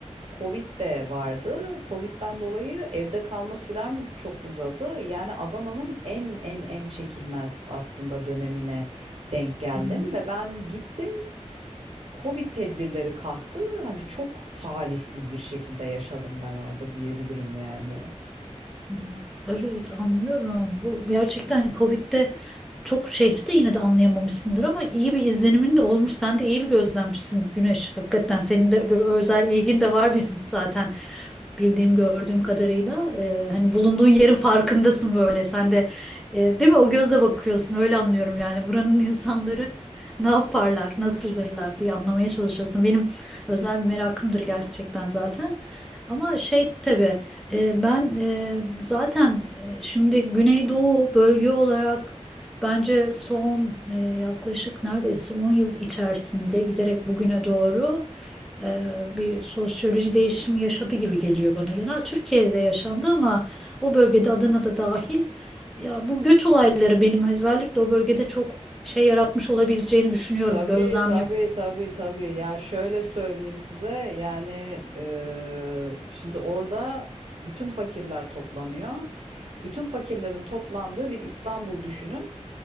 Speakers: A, on the right; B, in the centre.
A: Covid de vardı. Covid'den dolayı evde kalma sürem çok uzadı. Yani Adana'nın en en en çekilmez aslında dönemine denk geldim
B: Hı,
A: ve ben gittim. Covid tedbirleri kalktı. Hani çok talihsiz bir şekilde yaşadım ben orada diyebilirim yani.
B: hı. Evet anlıyorum. Bu gerçekten hani Covid'de çok şehri de yine de anlayamamışsındır ama iyi bir izlenimin de olmuş. Sen de iyi bir gözlemcisin Güneş. Hakikaten senin de böyle özel ilgin de var benim zaten bildiğim gördüğüm kadarıyla e, hani bulunduğun yerin farkındasın böyle sen de e, değil mi o gözle bakıyorsun öyle anlıyorum yani buranın insanları <laughs> ne yaparlar nasıldırlar diye anlamaya çalışıyorsun benim özel bir merakımdır gerçekten zaten ama şey tabii e, ben e, zaten e, şimdi Güneydoğu bölge olarak Bence son e, yaklaşık neredeyse 10 yıl içerisinde giderek bugüne doğru e, bir sosyoloji değişimi yaşadı gibi geliyor bana. Genel Türkiye'de yaşandı ama o bölgede Adana'da dahil ya bu göç olayları benim özellikle o bölgede çok şey yaratmış olabileceğini düşünüyorum,
A: Tabii
B: gözlemliyorum.
A: tabii tabii tabii. Ya şöyle söyleyeyim size yani eee, şimdi orada bütün fakirler toplanıyor. Bütün fakirlerin toplandığı bir İstanbul düşünün.